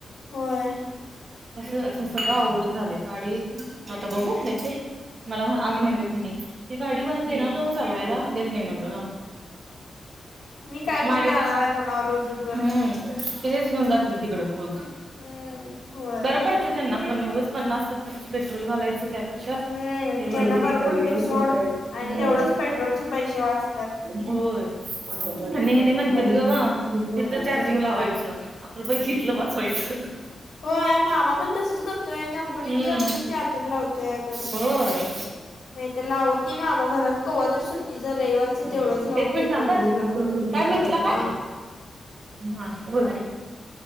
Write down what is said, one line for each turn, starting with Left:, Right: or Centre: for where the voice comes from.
Left: होय.
Right: असं असं सगळं अवघडच झालंय काडी आता बघू येते मला आज म्हणत्यात हेनी ती गाडी मला देणार नव चालवायला देत नाही म्हणलो जा
Left: मी काय कुठे
Right: माझ्या
Left: जाणार आहे म्हणावं रोज उठून.
Right: हम् तिथेच घेऊन जातील तिकड रोज
Left: हम्म होय.
Right: बरं पडते त्यांना पण उगाच पन्नास सत्तर च पेट्रोल घालायचं त्यापेक्षा
Left: हम्म
Right: हे बर
Left: त्यांना
Right: पडतंय
Left: बरं सोड आणि
Right: <inaudible> हम्म
Left: तेवढंच पेट्रोलचे पैसे वाचत्यात
Right: होय आणि <unintelligible> म्हणत्यात
Left: बरं.
Right: <unintelligible> तिथं चार्जिंग लावायचं आपला पैसा वाचवायचं
Left: होय मामा पण तसच करतोय कंपनीत
Right: हम्म
Left: जातोय चार्जिंग लावतोय अगं.
Right: होय
Left: <inaudible> नाहीतर लावत नाही मामा घरात कवा तर सुट्टीच रविवारच तेवढंच
Right: एक
Left: लावून
Right: मिनिट
Left: घेतोय
Right: थांबा
Left: <unintelligible> त्याला.
Right: काय म्हटला काय
Left: हा
Right: हा बोल